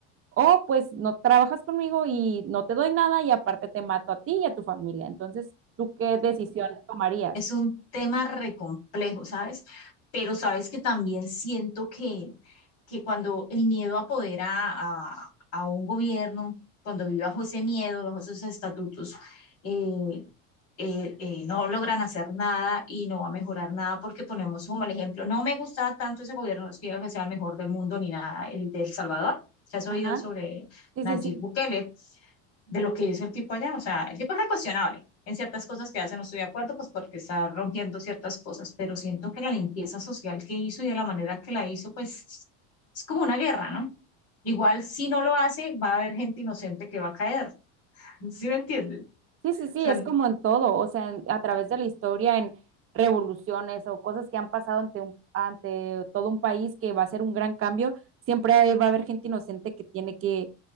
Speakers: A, on the right; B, on the left.
A: o pues no trabajas conmigo y no te doy nada y aparte te mato a ti y a tu familia. Entonces, ¿tú qué decisión tomarías?
B: Es un tema re complejo, ¿sabes? Pero sabes que también siento que, que cuando el miedo apodera a, a un gobierno, cuando vive bajo ese miedo, bajo esos estatutos, eh, eh, eh, no logran hacer nada y no va a mejorar nada porque ponemos como el ejemplo, no me gustaba tanto ese gobierno, no es que diga que sea el mejor del mundo ni nada, el de El Salvador. ¿Se has oído
A: Ajá.
B: sobre
A: Sí,
B: Nayib
A: sí, sí.
B: Bukele? de lo que hizo el tipo allá. O sea, el tipo es recuestionable. En ciertas cosas que hace no estoy de acuerdo, pues porque está rompiendo ciertas cosas, pero siento que la limpieza social que hizo y de la manera que la hizo, pues es como una guerra, ¿no? Igual si no lo hace, va a haber gente inocente que va a caer. <laughs> ¿Sí me entiendes?
A: Sí,
B: O
A: sí, sí,
B: sea,
A: es como en todo, o sea, en- a través de la historia, en revoluciones o cosas que han pasado ante un, ante todo un país que va a ser un gran cambio, siempre ahí va a haber gente inocente que tiene que